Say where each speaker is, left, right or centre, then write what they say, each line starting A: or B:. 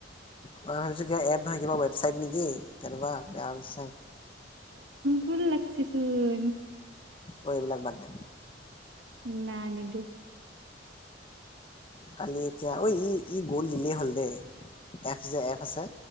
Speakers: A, on the left; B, on the right.
A: মই ভাবিছো কিবা এপ নহয় কিবা ৱেবচাইট নেকি তেনেকুৱা বেয়া বস্তু চায়।
B: ফুল লাগচি চোন।
A: অঁ এইবিলাক বাদ দে।
B: নাই নিদো।
A: কালি এতিয়া ঐ ই-ই গ'ল দিলেই হ'ল দেই এপ যে এপ আছে?